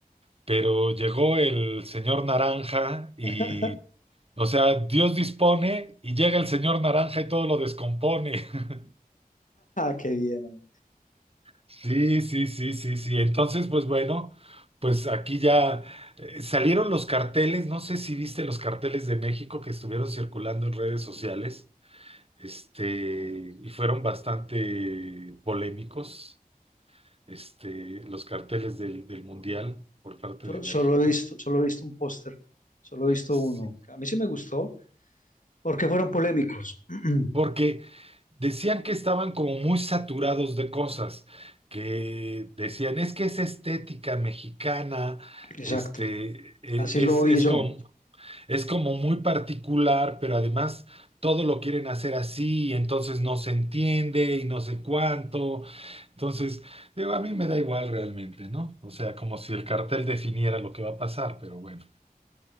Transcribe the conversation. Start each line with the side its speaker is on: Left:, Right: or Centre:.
Right: pero llegó el señor Naranja y,
Left: <laughs>
Right: o sea, Dios dispone y llega el señor Naranja y todo lo descompone. <laughs>
Left: Qué bien, hombre.
Right: Sí, sí, sí, sí, sí. Entonces, pues bueno, pues aquí ya eh, salieron los carteles, no sé si viste los carteles de México que estuvieron circulando en redes sociales, este, y fueron bastante polémicos. este, los carteles del, del Mundial por parte
Left: So-
Right: de México,
Left: solo he visto, solo he visto un póster, solo he visto
Right: sí.
Left: uno. A mí sí me gustó porque fueron polémicos. <clears throat>
Right: porque decían que estaban como muy saturados de cosas, que decían, es que es estética mexicana,
Left: Exacto,
Right: este, e-
Left: así lo
Right: es,
Left: vi
Right: es
Left: yo.
Right: como, es como muy particular, pero además todo lo quieren hacer así, y entonces no se entiende y no sé cuánto. Entonces, digo, a mí me da igual realmente, ¿no? O sea, como si el cartel definiera lo que va a pasar, pero bueno.